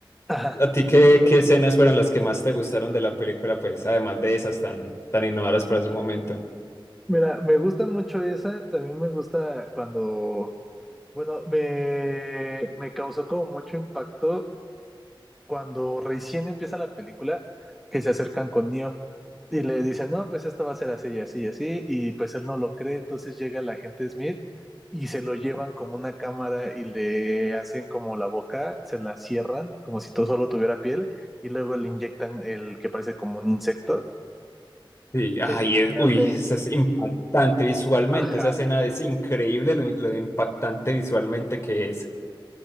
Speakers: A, in the centre; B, on the left.
A: Ajá.
B: a ti qué,
A: Dime,
B: qué
A: dime.
B: escenas fueron las que más te gustaron de la película, pues, además de esas tan, tan innovadoras para su momento.
A: Mira, me gusta mucho esa, también me gusta cuando... Bueno, me, me causó como mucho impacto cuando recién empieza la película, que se acercan con Neo y le dicen, no, pues esto va a ser así y así y así, y pues él no lo cree, entonces llega el agente Smith y se lo llevan como una cámara y le hacen como la boca, se la cierran como si todo solo tuviera piel y luego le inyectan el que parece como un insecto.
B: Sí, ay,
A: Esa escena
B: es, uy,
A: me,
B: eso es impactante visualmente,
A: ja,
B: esa escena es increíble lo, lo impactante visualmente que es.